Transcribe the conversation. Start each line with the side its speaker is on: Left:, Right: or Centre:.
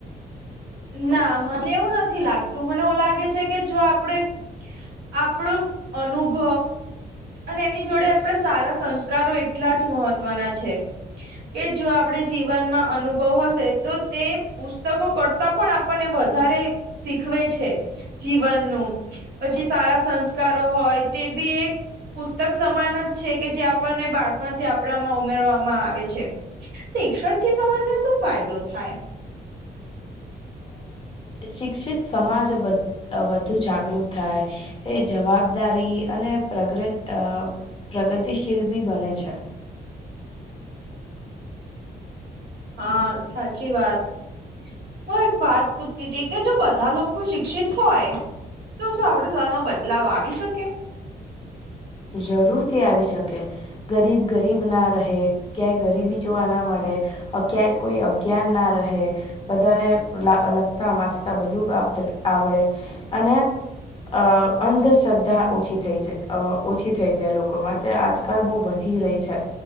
Right: ના મને એવું નથી લાગતું મને એવું લાગે છે કે જો આપડે આપણો અનુભવ અને એની જોડે આપણે સારા સંસ્કારો એટલા જ મહત્વના છે કે જો આપણે જીવનમાં અનુભવ હશે તો તે પુસ્તકો કર તા પણ આપણને વધારે શીખવે છે જીવનનું પછી સારા સંસ્કારો હોય તે બી એક પુસ્તક સમાન જ છે કે જે આપણને બાળપણથી આપણામાં ઉમેરવામાં આવે છે શિક્ષણથી સંબંધને શું ફાયદો થાય
Left: શિક્ષિત સમાજ વધુ જાગૃત થાય એ જવાબદારી અને પ્રગ અ પ્રગતિશીલ બી બને છે
Right: હા સાચી વાત હું એક વાત પૂછતી હતી કે જો બધા લોકો શિક્ષિત હોય તો શું આપડ શમાં બદલાવ આવી શકે
Left: જરૂરથી આવી શકે ગરીબ ગરીબ ના રહે ક્યાંય ગરીબી જોવા ના મળે ક્યાંય કોઈ અજ્ઞાન ના રહે બધાને લખતા વાંચતા બધું આવડે અને અ અંધશ્રદ્ધા ઓછી થઈ જાય ઓછી થઈ જાય લોકોમાં તે આજકાલ બહુ વધી રહી છે